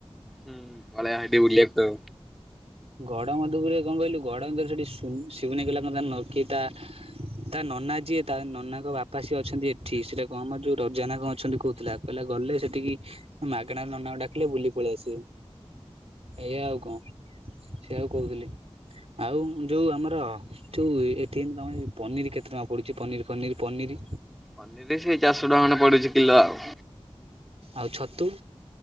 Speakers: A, in the centre; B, on the right (about 65°).
A: ହୁଁ ପଳେଇବା ହେଠି ବୁଲିବାକୁ।
B: ଗଡ଼ମଧୂପୁରୁରେ କଣ କହିଲୁ ଗଡମଧୂପୁରୁରେ ସେଠି ଶିବ ଶିବୁନୁ ଭାଈ କହିଲା ନଖୀତା ତା ନନା ଯିଏ ତା ନନାଙ୍କ ବାପା ସିଏ ଅଛନ୍ତି ଏ ଠି ସେରା କଣ ଆମର ଯଉ ରଜାନା କଣ ଅଛନ୍ତି କହୁଥିଲା କହିଲା ଗଲେ ସେଠିକି ମାଗଣା ନନାକୁ ଡାକିଲେ ବୁଲି ପଳେଇ ଆସିବେ ଏଇଆା ଆଉ କଣ। ସେୟା କୁ କହୁଥିଲି ଆଉ। ଯୋଉ ଆମର ଯୋଉ ଏଠି ଆମର ପନିର କେତେ ଟଙ୍କା ପଡ଼ୁଛି ପନିର ପନିର ପନିର।
A: ପନିର ସେଇ ଚାରିଶ ଟଙ୍କା ଖଣ୍ଡେ ପଡୁଛି କିଲ ଆଉ।
B: ଆଉ ଛତୁ।